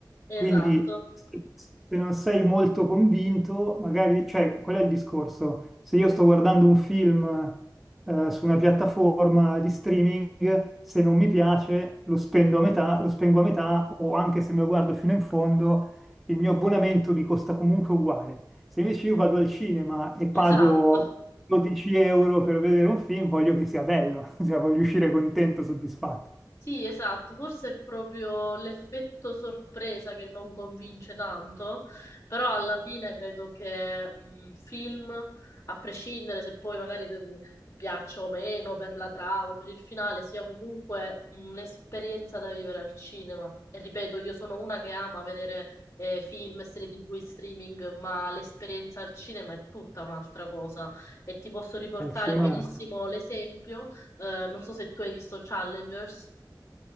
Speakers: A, in the centre; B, on the left.
A: Quindi,
B: Esatto,
A: se se non sei molto convinto, magari, cioè, qual è il discorso? Se io sto guardando un film, eh, su una piattaforma di streaming, se non mi piace, lo spendo a metà, lo spengo a metà, o anche se me lo guardo fino in fondo il mio abbonamento mi costa comunque uguale. Se invece io vado al cinema e pago
B: esatto.
A: 12 euro per vedere un film, voglio che sia bello, <laughs> cioè voglio uscire contento, soddisfatto.
B: Sì, esatto, forse è proprio l'effetto sorpresa che non convince tanto, però alla fine credo che un film, a prescindere se poi magari te- piaccia o meno per la trama, per il finale, sia comunque mhmm, un'esperienza da vivere al cinema. E ripeto, io sono una che ama vedere eh, film, serie TV, in streaming, ma l'esperienza al cinema è tutta un'altra cosa. E ti posso riportare
A: Al cinema-
B: benissimo l'esempio, eh, non so se tu hai visto Challengers.